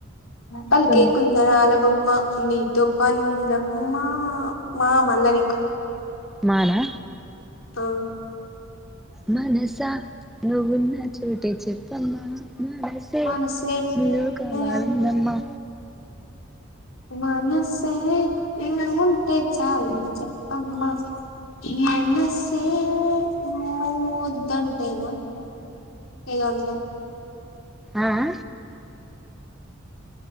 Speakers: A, on the left; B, in the centre.
A: పలుకే
B: తుంది
A: కుందనాల బొమ్మ నీతో పాని ఉందమ్మా మా మళ్ళా నీకు
B: మా నా
A: ఆ
B: మనస నవున్నా చో చోటే చెప్పమ్మా మనసా
A: మనసే
B: నిన్నే కావాలందమ్మ
A: ఆ మనసే నువ్వుంటే చాలు చెప్పమ్మా మనసే నువ్వు వద్దు అంటేనే ఏదో ఉంటది,
B: ఆ హ